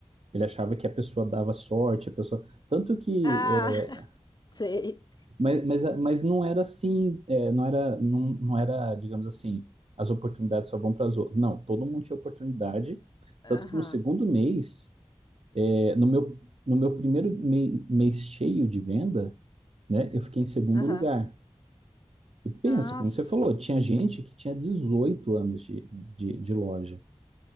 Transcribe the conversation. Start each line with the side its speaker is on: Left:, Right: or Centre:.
Right: Ele achava que a pessoa dava sorte, a pessoa... Tanto que
Left: Ah,
Right: é,
Left: <laughs> sei.
Right: Mas, mas, mas não era assim, é, não era, não, não era, digamos assim, as oportunidades só vão para as outras. Não, todo mundo tinha oportunidade.
Left: Aham,
Right: Tanto que no segundo mês, é, no meu, no meu primeiro mei- mês cheio de venda, né, eu fiquei em segundo
Left: aham.
Right: lugar. E pensa,
Left: Nossa.
Right: como você falou, tinha gente que tinha 18 anos de, de, de loja,